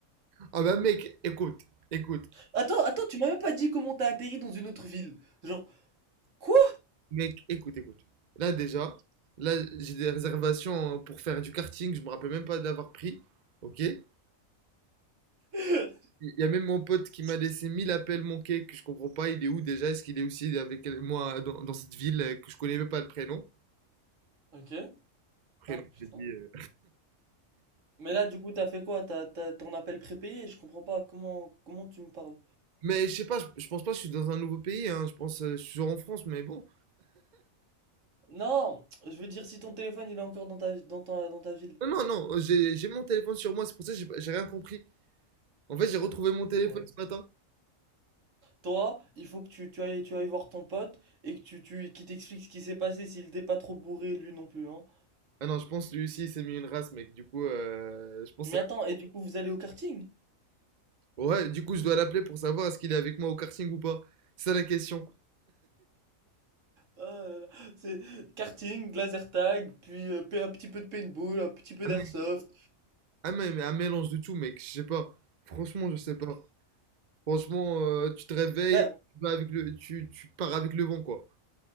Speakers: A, on the right; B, on the right.
A: Ah bah, mec, écoute, écoute.
B: Attends, attends, tu m'as même pas dit comment t'as atterri dans une autre ville. Genre, quoi?
A: Mec, écoute, écoute. Là déjà, là j'ai des réservations pour faire du karting, je me rappelle même pas d'avoir pris. Ok? Il
B: <laughs>
A: y a même mon pote qui m'a laissé 1000 appels manqués que je comprends pas. Il est où déjà? Est-ce qu'il est aussi avec moi dans, dans cette ville euh, que je connais même pas le prénom?
B: Ok.
A: Prénom,
B: Ah, putain.
A: j'ai dit, euh.
B: Mais là, du coup, t'as fait quoi? T'as, t'as ton appel prépayé? Je comprends pas. Comment, comment tu me parles?
A: Mais je sais pas, je, je pense pas je suis dans un nouveau pays, hein. Je pense euh, je suis toujours en France, mais bon.
B: Non, je veux dire si ton téléphone il est encore dans ta, dans ta, dans ta ville.
A: Non, non, non, j'ai j'ai mon téléphone sur moi, c'est pour ça que j'ai pas- j'ai rien compris. En fait, j'ai retrouvé mon téléphone
B: Oh là.
A: ce matin.
B: Toi, il faut que tu, tu ailles, tu ailles voir ton pote et que tu, tu, qu'il t'explique ce qui s'est passé s'il t'est pas trop bourré lui non plus, hein.
A: Ah non, je pense que lui aussi il s'est mis une race, mec. Du coup, euh, je pense.
B: Mais attends, et du coup vous allez au karting?
A: Ouais, du coup, je dois l'appeler pour savoir est-ce qu'il est avec moi au karting ou pas. C'est ça la question.
B: Ah là là, c'est karting, laser tag, puis euh, pa- un petit peu de paintball, un petit peu
A: Ah
B: d'airsoft.
A: mais, ah mais- mais un mélange de tout, mec. Je sais pas. Franchement, je sais pas. Franchement, euh, tu te réveilles,
B: Bah
A: tu vas avec le, tu, tu pars avec le vent, quoi.